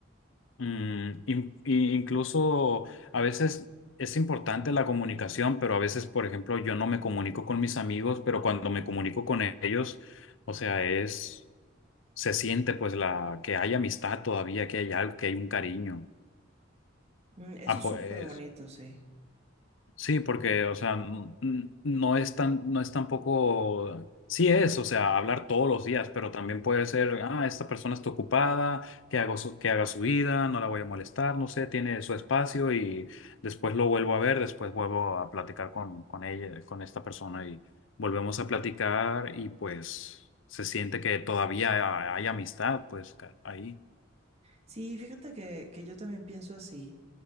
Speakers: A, on the left (about 70°); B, on the right (about 35°).
A: Mm, in- i- incluso a veces es importante la comunicación, pero a veces, por ejemplo, yo no me comunico con mis amigos, pero cuando me comunico con ellos, o sea, es, se siente pues la que hay amistad todavía, que hay algo, que hay un cariño.
B: Mm, Eso
A: Ah,
B: es
A: pues.
B: súper bonito, sí.
A: Sí, porque, o sea, n- n- no es tan, no es tampoco, sí es, o sea, hablar todos los días, pero también puede ser, ah, esta persona está ocupada, que hago su- que haga su vida, no la voy a molestar, no sé, tiene su espacio y después lo vuelvo a ver, después vuelvo a platicar con, con ella, con esta persona y volvemos a platicar y pues se siente que todavía hay amistad, pues ca- ahí.
B: Sí, fíjate que, que yo también pienso así.